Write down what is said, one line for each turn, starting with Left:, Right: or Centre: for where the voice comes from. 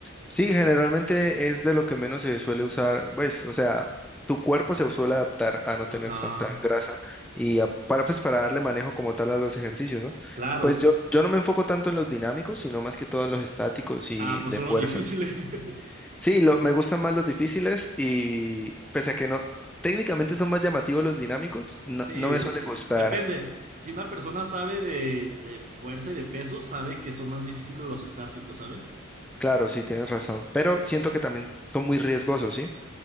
Centre: Sí, generalmente es de lo que menos se suele usar, pues, o sea, tu cuerpo se suele adaptar a no
Right: Ajá,
Centre: tener tanta grasa y a- para, pues, para darle manejo como tal a los ejercicios, ¿no?
Right: claro.
Centre: Pues yo, yo no me enfoco tanto en los dinámicos, sino más que todo en los estáticos y
Right: Ah, pues
Centre: de
Right: son
Centre: fuerza.
Right: los difíciles. <laughs>
Centre: Sí, lo, me gustan más los difíciles y pese a que no, técnicamente son más llamativos los dinámicos, no,
Right: Sí,
Centre: no me suelen gustar.
Right: depende. Si una persona sabe de, de fuerza y de peso, sabe que son más difíciles los estáticos, ¿sabes?
Centre: Claro, sí, tienes razón, pero siento que también son muy riesgosos, ¿sí?